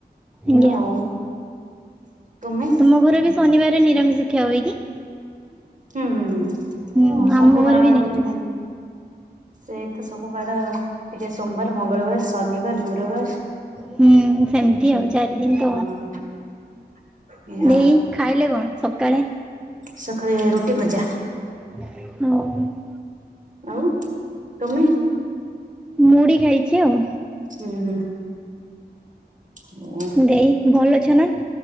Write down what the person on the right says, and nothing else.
ଇଏ
ଆଉ ତୁମେ
ହୁଁ ହୁଁ
ମୁଁ ସବୁ
ବାରେ
ଏମିତି
ନାହିଁ। ସେ ତ ସବୁ ବାର ଟିକେ ସୋମବାର, ମଙ୍ଗଳବାର। ଶନିବାର, ଗୁରୁବାର
ହଁ। <unintelligible>
ସକାଳେ ରୋଟି ଭଜା।
ଆଉ ତମେ?
ହୁଁ-ହୁଁ। ହୁଁ।